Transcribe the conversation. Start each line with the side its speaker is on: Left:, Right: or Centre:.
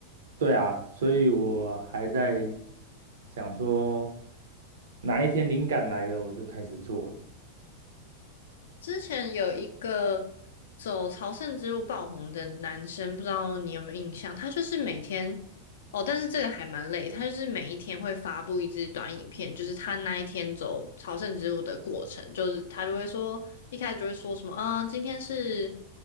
Right: 对啊，所以我还在想说，哪一天灵感来了，我就开始做了。
Left: 之前有一个走朝圣之路爆红的男生，不知道你有没有印象？他就是每天哦，但是这个还蛮累，他就是每一天会发布一支短影片，就是他那一天走朝圣之路的过程，就是他就会说一开始就会说什么啊，今天是